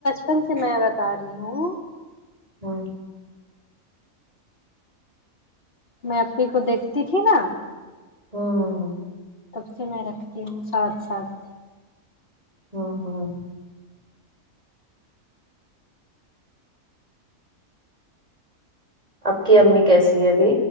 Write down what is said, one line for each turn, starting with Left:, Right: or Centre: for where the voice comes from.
Left: تم سے میں بتا رہی ہوں
Right: ہمم
Left: میں آپی کو دیکھتی تھی نا
Right: ہوں ہوں ہوں
Left: تب سے میں رکھتی ہوں ساتھ ساتھ
Right: ہاں ہاں اب کی امی کیسی ہے ابھی